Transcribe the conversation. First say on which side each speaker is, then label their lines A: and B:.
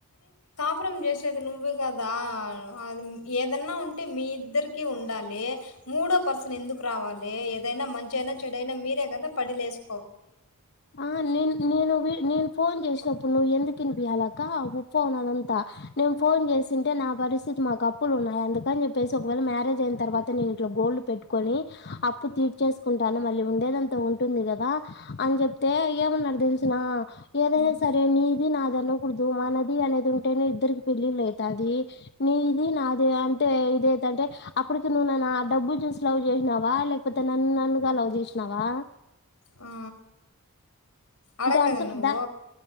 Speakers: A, on the left; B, on the left.
A: పురం చేసేది నువ్వే కదా అది ఏదన్నా ఉంటే మీ ఇద్దరికీ ఉండాలి మూడో పర్సన్ ఎందుకు రావాలి ఏదైనా మంచియినా చెడు అయినా మీరే కదా పడి లేసు
B: ఆ నిన్ నేను నేను ఫోన్ చేసినప్పుడు నువ్వు ఎందుకు ఇనిపియాలక్క <unintelligible> అదంతా నేను ఫోన్ చేసింటే నా పరిస్థితి మాకు అప్పులు ఉన్నాయి అందుకని చెప్పేసి ఒకవేళ మ్యారేజ్ అయిన తర్వాత నేను ఇట్లా గోల్డ్ పెట్టుకొని అప్పు తీర్చేసుకుంటాను మళ్ళీ ఉండేదంతా ఉంటుంది కదా అని చెప్తే ఏమన్నారు తెలుసునా ఏదైనా
A: హ్మ్.
B: సరే నీది నాది అనకూడదు మనది అనేది ఉంటే నే ఇద్దరికి పెళ్ళిలు అయితాది నీది నాది అంటే దంటే అప్పటికి నువ్వు నన్ను ఆ డబ్బు చూసి లవ్ చేసినవా లేకపోతే నన్ను నన్నుగా లవ్ చేసినవా
A: ఆ! అడగలేదా
B: అర్థం
A: నువ్వు
B: దా